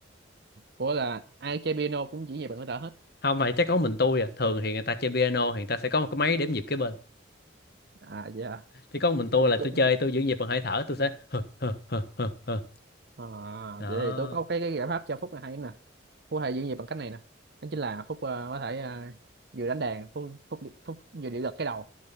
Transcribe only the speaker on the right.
ủa là ai chơi piano cũng chỉ về bằng cái đỡ hết
à dạ
Để
tôi
à,
vậy thì tôi có cái cái giải pháp cho Phúc là hay lắm nè Phúc hay giữ nhịp bằng cách này nè đó chính là Phúc ờ, có thể ờ, vừa đánh đàn Phúc Phúc Phúc vừa điệu gật cái đầu